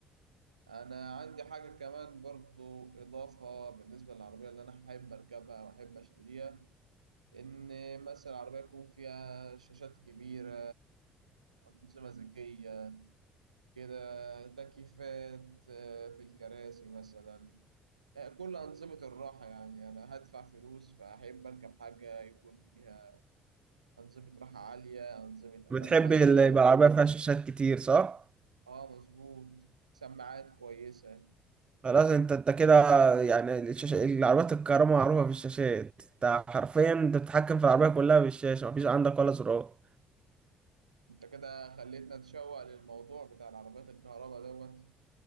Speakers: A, on the right; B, on the right.
A: أنا عندي حاجة كمان برضو إضافة بالنسبة للعربية اللي أنا حابب أركبها وأحب أشتريها إن مثلا العربية يكون فيها شاشات كبيرة أنظمة ذكية كده تكييفات آه، في الكراسي مثلا آه، كل أنظمة الراحة يعني أنا هدفع فلوس فأحب أركب حاجة يكون فيها أنظمة راحة عالية أنظمة
B: بتحب
A: أمان عالية
B: اللي يبقى العربية فيها شاشات كتير صح؟
A: اه مظبوط سماعات كويسة
B: خلاص انت انت كده يعني الشاشة العربيات الكهرباء معروفة في الشاشات انت حرفيا انت بتتحكم في العربية كلها بالشاشة مفيش عندك ولا زرار
A: انت كده خليتنا نتشوق للموضوع بتاع العربيات الكهرباء دوت